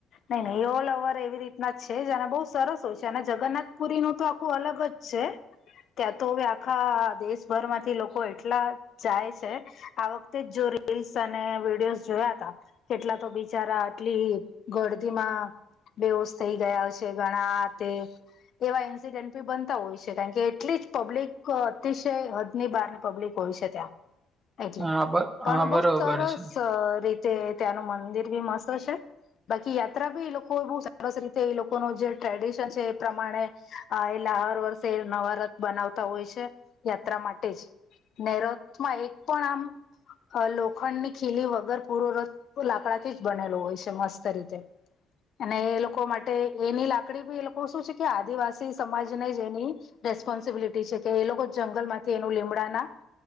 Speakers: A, on the left; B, on the right.
A: નહી નહીં એ ઓલ ઓવર એવી રીતના જ છે જેને બહુ સરસ હોય છે અને જગન્નાથ પુરી ન તો આખું અલગ જ. છે ત્યાં તો હવે આખા દેશભર માંથી લોકો એટલા. જાય છે આ વખતે જ જો રીલ્સ અને વિડીિયોઝ જોયા ત કેટલા તો બીજ બચારા આટલી ગરદીમાં બેવોશ થઈ ગયા છે ઘણા તે એવા ઇન્સિડેન્ટ બી બનતા હોય છે કારણ કે એટલી જ પબ્લિક અતિશય હદ ની બહારની પબ્લિક ભવિષ્ય ને ત્યાં.
B: <unintelligible>
A: એટલે
B: બ હા
A: પણ બહુ
B: બરોબર
A: સરસ
B: છે.
A: રીતે ત્યાંનું મંદિર બી મસ્ત છે. બાકી યાત્રા બી એ લોકો બહુ સરસ રીતે એ લોકો ન જે ટ્રેડિશન છે એ પ્રમાણે એલા હર વર્ષે નવારથ બનાવતા હોય છે યાત્રા માટે જ નૈરતમાં એક પણ આમ અ લોખંડ ની ખીલી વગર પૂરોરથ લાકડાથી જ બનેલું હોય છે મસ્ત રીતે અને એ લોકો માટે એની લાકડી ભી એ લોકો શું છે કે આદિવાસી સમાજને જે એની રેસ્પોન્સિબિલિટી છે કે એ લોકો જંગલમાંથી એનું લીમડાના